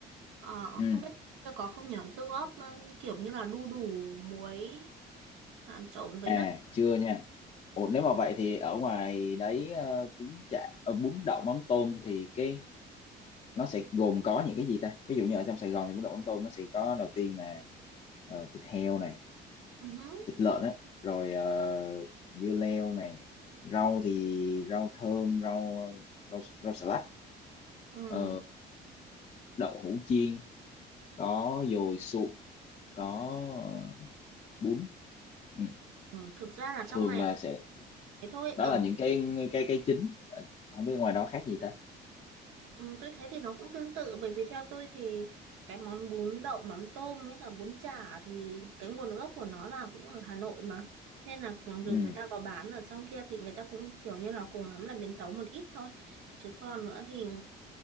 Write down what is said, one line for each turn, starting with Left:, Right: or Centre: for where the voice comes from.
Right: Ờ,
Left: ừ
Right: không biết có không nhở dưa góp ừ, kiểu như là đu đủ muối à, trộn với
Left: à
Right: nước
Left: chưa nha Ủa, nếu mà vậy thì ở ngoài đấy ờ, bún chả ờ, bún đậu mắm tôm thì cái nó sẽ gồm có những cái gì ta? Ví dụ như ở trong Sài Gòn thì bún đậu mắm tôm nó sẽ có đầu tiên là ờ, thịt heo này,
Right: Ừ. hứ,
Left: thịt lợn á, rồi ờ, dưa leo này, rau thì rau thơm, rau rau rau xà lách,
Right: Ừ.
Left: ờ, đậu hũ chiên, có dồi sụn, có ờ, bún. Ừ.
Right: Ừ. Thực ra là trong
Left: Thường
Right: này
Left: là sẽ
Right: thế thôi ở
Left: đó là những cái cái cái chính. Ờ, Không biết ngoài đó khác gì ta?
Right: ừ, tôi thấy thì nó cũng tương tự bởi vì theo tôi thì cái món bún đậu mắm tôm với cả bún chả thì cái nguồn gốc của nó là cũng ở Hà Nội mà nên là dù
Left: Ừ.
Right: người ta có bán ở trong kia thì người ta cũng kiểu như là cùng lắm là biến tấu một ít thôi chứ còn nữa thì